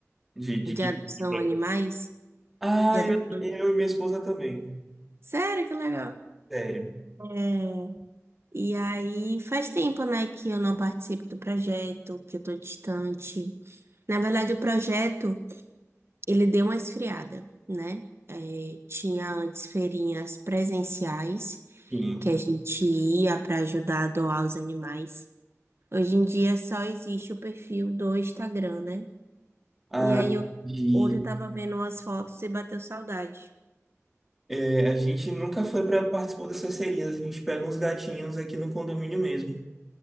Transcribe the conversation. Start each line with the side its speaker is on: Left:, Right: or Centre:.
Centre: De, de
Right: De
Centre: que
Right: adoção
Centre: tipo?
Right: a animais.
Centre: Ah,
Right: De adoção...
Centre: eu, eu e minha esposa também.
Right: Sério, que legal.
Centre: Sério.
Right: É, E aí faz tempo, né, que eu não participo do projeto, que eu tô distante. Na verdade, o projeto, ele deu uma esfriada, né? É, tinha antes feirinhas presenciais,
Centre: Sim.
Right: que a gente ia para ajudar a doar os animais. Hoje em dia só existe o perfil do Instagram, né?
Centre: Ah,
Right: E aí eu
Centre: de,
Right: hoje eu tava vendo umas fotos e bateu saudade.
Centre: é, a gente nunca foi para participar dessas serias. A gente pega uns gatinhos aqui no condomínio mesmo.